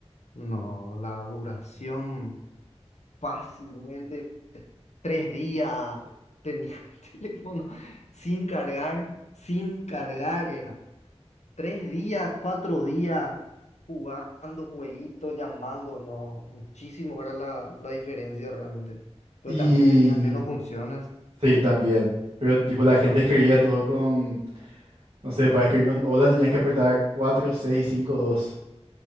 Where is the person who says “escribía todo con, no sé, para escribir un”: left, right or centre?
Right